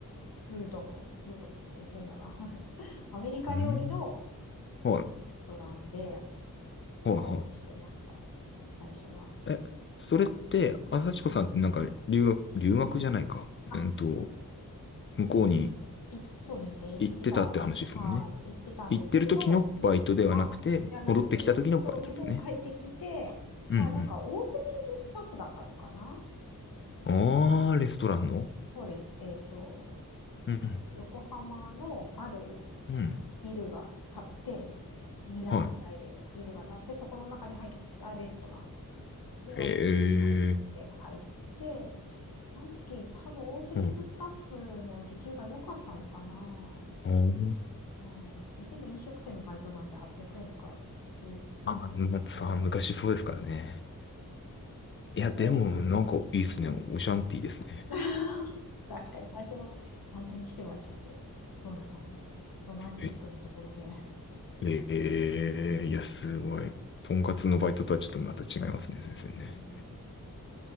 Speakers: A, on the left; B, on the left.
A: フードの、フードって変だな。<laughs> アメリカ料理の
B: うん。はい。
A: レストランで
B: はいは
A: バイトしてました。最初は。
B: い。え、それって、あ、幸子さんってなんか留学、留学じゃないか。
A: あ、
B: うんと、向こうに
A: い、そうですね。行ってた。
B: 行ってたって話ですもんね。
A: はい、行ってたんですけど、
B: 行ってる時のバイトではなくて、
A: あ、じゃなくて、
B: 戻ってきた時のバイトですね。
A: 日本、そう、日本帰ってきて、
B: うん
A: まあなんかオープニングスタッフだったのかな
B: うん。あー、レストランの
A: そうです。そうですえっと、
B: うん
A: 横浜のある
B: うん。うん。
A: ビルが建って、港みたいでビルが建って、
B: は
A: そこの中に入ったレストランでオープニングスタッフで入って、
B: い。へえ。
A: その時多分オープニングスタッフの時給が良かったのかな。
B: うん。あー
A: まあ、それでも飲食店のバイトなんて800円とか、9、
B: あ、
A: よくて900円ぐらいだったか
B: まあ、まあさあ昔そうですからね。いや、
A: な。
B: でも、なんかいいですね。オシャンティーですね。
A: <laughs> 確かに、最初のバイトにしてはちょっと、そうだな。ロマンチックなところで。
B: え、えー、いや、すごい。とんかつのバイトとはちょっとまた違いますね、先生ね。
A: うん